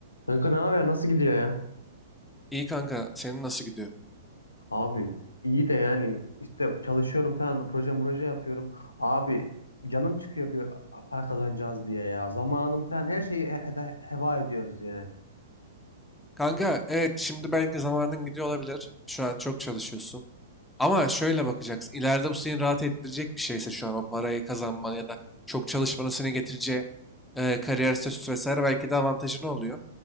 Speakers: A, on the left; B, in the centre.
A: Kanka ne haber? Nasıl gidiyor ya?
B: İyi kanka, senin nasıl gidiyor?
A: Abi iyi de yani işte çalışıyorum falan da proje proje yapıyorum. Abi canım çıkıyor bir para kazanacağız diye ya. Zamanımı falan her şeyi he- heda- heba ediyoruz yani.
B: Kanka, evet şimdi belki zamanın gidiyor olabilir. Şu an çok çalışıyorsun. Ama şöyle bakacaksın. İleride bu seni rahat ettirecek bir şeyse şu an o parayı kazanman ya da çok çalışmanın seni getireceği e, kariyer statüsü vesaire belki de avantajın oluyor.